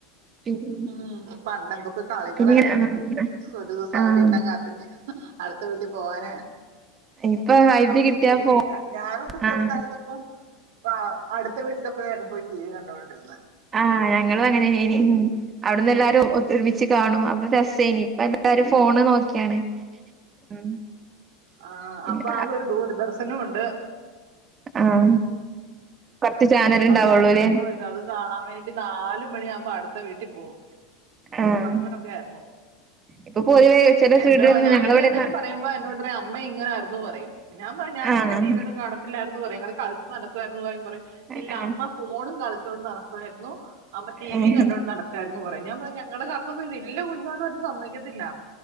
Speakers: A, on the right; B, on the right.
A: പിന്നെ
B: ആഹ് പണ്ടന്തൊക്കെ കളികളായിരുന്നു
A: പിന്നെ ആഹ്
B: ഇപ്പോ ഒരു ദിവസം
A: ആഹ്
B: അവധി കിട്ടാൻ കാത്തിരിക്ക. അടുത്ത വീട്ടിൽ പോകാന്
A: ഇപ്പൊ വൈദ്യുതി
B: നമുക്ക്
A: കിട്ടിയ
B: ടി
A: ഫോ
B: വി ഞാനൊക്കെ ചെറുതായിരുന്നപ്പം
A: ആഹ്
B: ആഹ് അടുത്ത വീട്ടിലൊക്കെ <unintelligible> പോയി ടി വി കണ്ടോണ്ടിരുന്നേ.
A: ആഹ് ഞങ്ങളും അങ്ങനെനനി ഉം അവിടുന്ന് എല്ലാരും ഒത്തൊരുമിച്ച് കാണും <unintelligible> രസേനി ഇപ്പ ല്ലാരും ഫോണ് നോക്കിയാണ് ഉം
B: ആഹ്
A: പിന്നെ
B: അപ്പൊ ആകെ ഒരു ദൂരദർശനം ഉണ്ട്.
A: ആഹ് കൊറച്ച് ചാനൽ ഉണ്ടാവുള്ളൂല്ലേ?
B: അതിനകത്ത് സിനിമ വരും അത് കാണാൻ വേണ്ടി നാല് മണിയാകുമ്പോ അടുത്ത വീട്ടിൽ പോകും
A: ആഹ്
B: അങ്ങനൊക്കെ ആയിരുന്നു.
A: ഇപ്പൊ പൊതുവേ ചില
B: എന്തോ
A: വീട്ടിലൊന്നും
B: ഞാനിങ്ങനെ
A: ഞങ്ങളവിടെയൊന്നും
B: എന്തായാലും പറയുമ്പോ എന്നോട് പറയും അമ്മ ഇങ്ങനെയിരുന്നു പറയും ഞാൻ പറയും ഞാനിങ്ങനെ
A: ആഹ്
B: ടി വി ഒന്നും കാണത്തില്ലായിരുന്നു പറയും <unintelligible> കളിച്ച് നടക്കുവായിരുന്നു പറയും പറയും.
A: ആഹ്
B: ഇല്ല അമ്മ ഫോണും കളിച്ചോണ്ട് നടക്കായിരുന്നു അമ്മ ടിവിയും
A: ആഹ്
B: കണ്ടോണ്ട് നട കരുന്നു പറയും ഞാ പറഞ്ഞ് ഞങ്ങളുടെ കാലത്തൊന്നും ഇതില്ല <unintelligible> സമ്മതിക്കത്തില്ല.